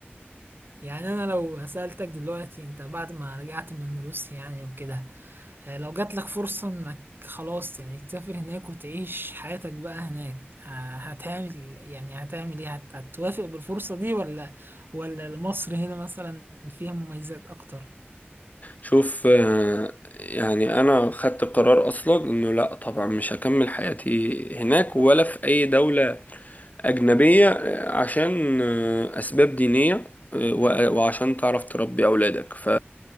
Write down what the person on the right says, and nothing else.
يعني انا لو سألتك دلوقتي انت بعد ما رجعت من روسيا يعني وكده آه، لو جات لك فرصة انك خلاص يعني تسافر هناك وتعيش حياتك بقى هناك آه، هتعمل يعني هتعمل ايه هت- هتوافق بالفرصة دي ولا ولا مصر هنا مثلا فيها مميزات اكتر